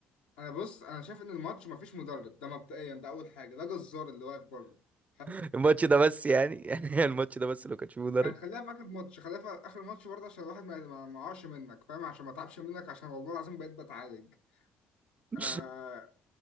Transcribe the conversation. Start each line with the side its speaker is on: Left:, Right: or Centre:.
Left: أنا بص أنا شايف إن الماتش مفيش مدرب ده مبدئيا ده أول حاجة ده جزار اللي واقف بره حلو
Right: <laughs> الماتش ده بس يعني <laughs> يعني الماتش ده بس لو كان فيه مدرب
Left: يعني خليها في آخر ماتش خليها في آخر ماتش برضه عشان الواحد ما ما ما يقعش منك فاهم عشان ما تعبش منك عشان والله العظيم بقيت بتعالج
Right: <laughs>
Left: آه